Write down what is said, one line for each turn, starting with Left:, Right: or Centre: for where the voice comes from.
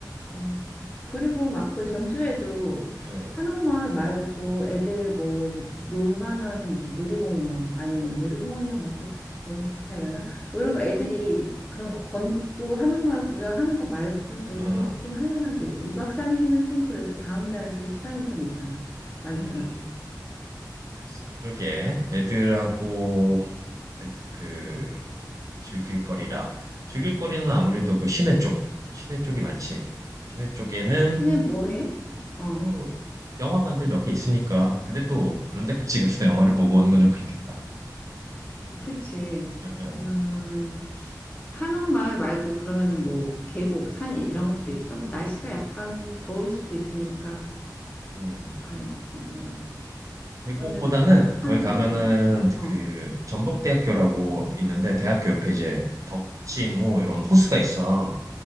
Left: 어. 그리고 막 그 전주에도
Right: 응,
Left: 한옥마을 말고 애들 뭐 놀만한 뭐 놀이공원 아니면 놀이공원이야 뭐 또 너무 비슷하려나? 뭐 이런 거 애들이
Right: 응,
Left: 그런 거 걷고 한옥마을 구경하는 거 말고도
Right: 응,
Left: 또
Right: 응.
Left: 좀 할 만한 게 있어. 2박 3일이면 좀 그래도 다음 날도 시간이 좀 있잖아. 많잖아.
Right: 음, 음. 그래서 그러게 애들하고 애 그 즐길 거리라 즐길 거리는 아무래도 그 시내 쪽 시내 쪽이 많지 시내 쪽에는
Left: 친해 뭐 해? 어.
Right: 그 영화관들 몇 개 있으니까 근데 또 그런 데까지 가서 <laughs> 영화를 보고 오는 거는 그렇겠다
Left: 그치.
Right: 응, 응.
Left: 그러면은 한옥마을 말고 그러면은 뭐 계곡, 산 이런 것도 있어? 뭐 날씨가 약간 더울 수도 있으니까
Right: 음.
Left: 갈, 뭐
Right: 외국보다는
Left: 그런 데는 없어? 산
Right: 거기 가면은
Left: 뭐 이런 데? 어.
Right: 그 전북대학교라고 있는데 대학교 옆에 이제 덕진호 이런 호수가 있어